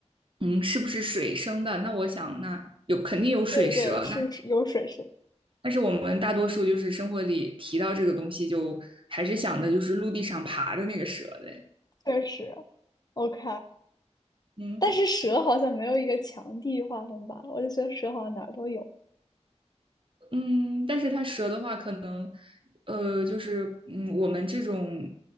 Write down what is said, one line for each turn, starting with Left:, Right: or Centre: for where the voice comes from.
Right: 嗯，是不是水生的？那我想，那有肯定有水蛇，
Left: 对对，是是有水蛇，
Right: 但是我们大多数就是生活里提到这个东西，就还是想的就是陆地上爬的那个蛇的。
Left: 确实 OK，
Right: 嗯
Left: 但是蛇好像没有一个强地域划分吧？我就觉得蛇好像哪儿都有。
Right: 嗯，但是它蛇的话，可能呃，就是嗯，我们这种